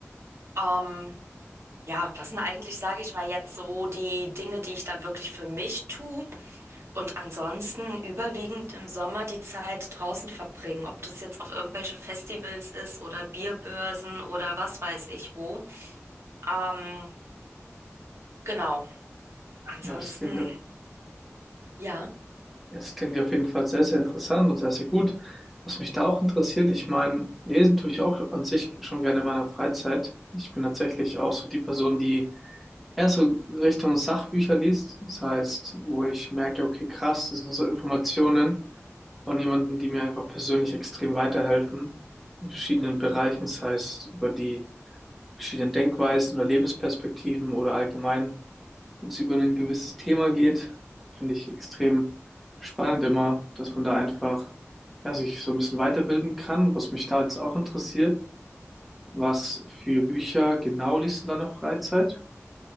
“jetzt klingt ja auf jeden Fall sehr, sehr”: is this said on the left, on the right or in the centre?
Centre